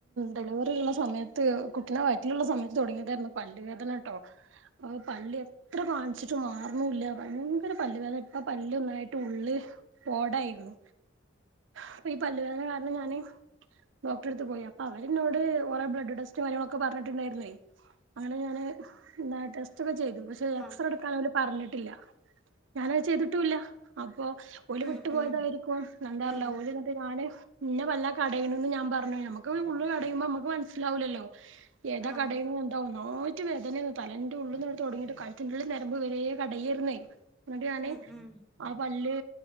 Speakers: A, on the right (about 75°); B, in the centre.
A: ഡെലിവറി ഉള്ള സമയത്ത് കുട്ടിനെ വ റ്റിലുള്ള സമയത്ത് തുടങ്ങിയതായിരുന്നു പല്ല് വേദന കേട്ടോ പല്ല് ഇത്ര കാണിച്ചിട്ട് മാറന്നുല്ല ഭയങ്കര പല്ല്വേദന ഇപ്പ പല്ല് ഒന്നായിട്ട് ഉള്ള് പോടായിരുന്നു അപ്പൊ ഈ പല്ലുവേദന കാരണം ഞാന് ഡോക്ടറെടുത്ത് പോയി അപ്പൊ അവര് എന്നോട് കൊറെേ ബ്ലഡ് ടെസ്റ്റും കാര്യങ്ങളൊക്കെ പറഞ്ഞിട്ടുണ്ടായിരുന്നേ അങ്ങനെ ഞാന് എന്താ ടെസ്റ്റൊക്കെ ചെയ്തു പക്ഷെ എക്സറേ
B: ആഹ്
A: എടുക്കാൻ അവല് പറഞ്ഞിട്ടില്ല ഞാന അത് ചെയ്തിട്ടുല്ല അപ്പൊ ഒല്
B: ഉം
A: വിട്ടു പോയതായിരിക്കും
B: ഉം
A: എന്താറില്ല
B: ഉം
A: ഓല് യ്യോ ഇന്നെ വല്ല കടയണതുംഞാൻ പറഞ്ഞു നമ്മുക്ക് ഉള്ള് കടയുമ്പോ നമ്മുക്ക് മനസിലാവൂല്ലോ ഏതാ
B: ആഹ്
A: കടയുന്നേ എന്താ ഒന്നാ റ്റ വേദനയാണ് തലെന്റെ ഉള്ളിൽ നിന്ന് തുടങ്ങയിട്ട് കഴുത്തിന്റെ ഉള്ളിൽ ഞരമ്പ് വരെ കടയായിരുന്നേ ന്നിട്ട് ഞാന്
B: ഉം ഉം
A: ആ പല്ല്